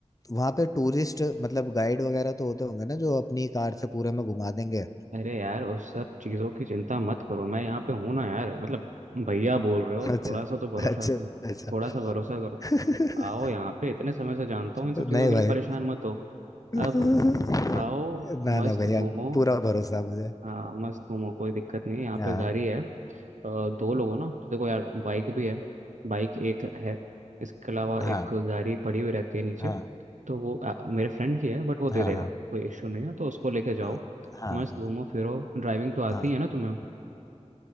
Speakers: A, on the left; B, on the right.
A: वहाँ पे टूरिस्ट मतलब गाइड वगैरह तो होते होंगे ना जो अपनी कार से पूरे में घुमा देंगे
B: अरे यार उस सब चीज़ों की चिंता मत करो मैं यहाँ पे हूँ ना यार मतलब भैया बोल रहे हो
A: अच्छा
B: थोड़ा सा तो भरोसा
A: अच्छा अच्छा
B: थोड़ा सा भरोसा करो
A: <laughs>
B: आओ यहाँ पे इतने समय से जानता हूँ इन सब
A: नहीं
B: चीज़ों के
A: भाई
B: लिए परेशान मत हो
A: <laughs>
B: अब आओ
A: ना
B: मस्त
A: ना भैया
B: घूमो
A: पूरा भरोसा है मुझे
B: हाँ मस्त घूमो कोई दिक्कत नहीं है यहाँ
A: हाँ
B: पे गाड़ी है अ, दो लोग हो ना तो देखो यार बाइक भी है बाइक एक है इसके अलावा
A: हाँ
B: एक गाड़ी पड़ी हुई रहती है नीचे
A: हाँ
B: तो वो अ, मेरे फ्रेंड की है बट वो दे
A: हाँ
B: देगा
A: हाँ
B: कोई इश्यू नहीं है तो उसको लेके जाओ
A: हाँ हाँ
B: मस्त घूमो फिरो ड्राइविंग तो आती
A: हाँ हाँ
B: है ना तुम्हें